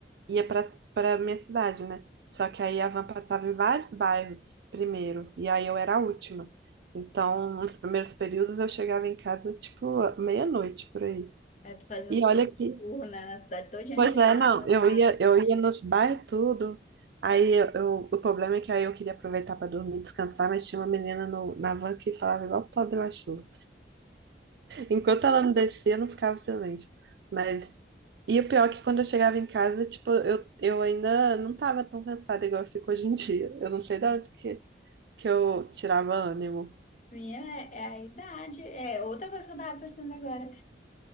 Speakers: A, on the right (about 65°); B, on the left (about 40°).
A: ia para para minha cidade, né? Só que aí a van passava em vários bairros primeiro, e aí eu era a última. Então, nos primeiros períodos eu chegava em casa tipo meia-noite por aí.
B: Aí tu fazia
A: E
B: um tu-
A: olha que,
B: turno na cidade toda, antes
A: pois
B: de chegar
A: é,
B: na
A: não,
B: tua
A: eu
B: casa.
A: ia eu ia nos bairros tudo. Aí eu, eu- o problema é que aí eu queria aproveitar para dormir, descansar, mas tinha uma menina no, na van que falava igual pobre Lachô. Enquanto ela não descia, não ficava silêncio. Mas. E o pior é que quando eu chegava em casa, tipo, eu, eu ainda não tava tão cansada igual eu fico hoje em <laughs> dia. Eu não sei
B: Não.
A: de onde que, que eu tirava ânimo.
B: Minha é é a idade. É outra coisa que eu tava pensando agora.